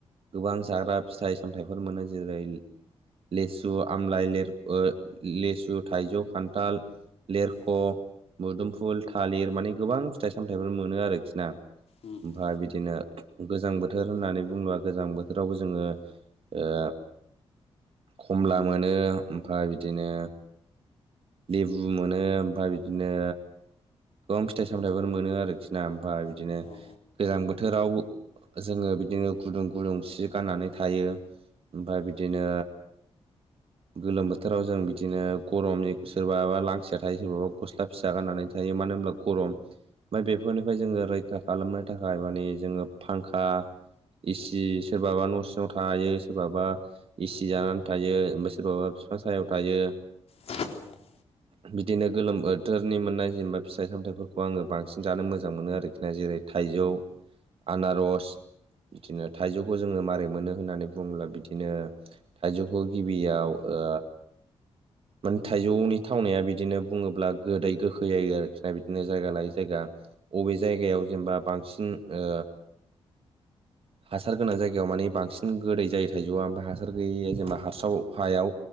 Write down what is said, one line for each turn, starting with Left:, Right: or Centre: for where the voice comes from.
Right: गोबां जाग्रा फिथाइ सामथाइफोर मोनो जेरै लेसु आमलाइ लेर ओ लेसु थाइजौ खान्थाल लेरख'
Left: औ
Right: मुदुमफुल थालिर माने गोबां फिथाइ सामथाइफोर मोनो आरोखिना?
Left: उम
Right: ओमफ्राय
Left: उम
Right: बिदिनो गोजां बोथोर होननानै बुंबा गोजां बोथोरावबो जोङो ओ खमला मोनो ओमफ्राय बिदिनो लेबु मोनो ओमफ्राय बिदिनो गोबां फिथाइ सामथाइफोर
Left: औ
Right: मोनो आरोखि ना ओमफ्राय बिदिनो
Left: औ उम औ
Right: गोजां बोथोराव जोङो बिदिनो गुदुं गुदुं सि गाननानै थायो। ओमफ्राय बिदिनो गोलोम बोथोराव जों बिदिनो गरमनि सोरबाबा लांथिया थायो सोरबाबा गस्ला फिसा गाननानै थायो मानो ओमब्ला गरम। ओठमफ्राय बेफोरनिफ्राय जोङो रैखा खालामनो थाखाय माने जोङो फांखा एसि सोरबाबा न' सिङाव थायो सोरबाबा एसि जानानै थायो ओमफ्राय सोरबाबा बिफां सायाव थायो।
Left: औ औ <inaudible>
Right: बिदिनो गोलोम बोथोरनि मोननाय जेनबा फिथाइ सामथाइफोरखौ आङो बांसिन जानो मोजां मोनो आरोखि ना जेरै थाइजौ आनारस बिदिनो थाइजौखौ जोङो माबारै मोनो होननानै बुङोब्ला बिदिनो थाइजौखौ गिबियाव ओ माने थाइजौनि थावनाया बिदिनो बुङोब्ला गोदै गो खै जायो आरोखिना बिदिनो जायगा लायै जायगा। अबे जायगायाव जेनेबा बांसिन ओ हासार गोनां जायगायाव माने बांसिन गोदै जायो थाइजौआ ओमफाय हासार गैयि जेनबा
Left: औ उम औ
Right: हारसाव हायाव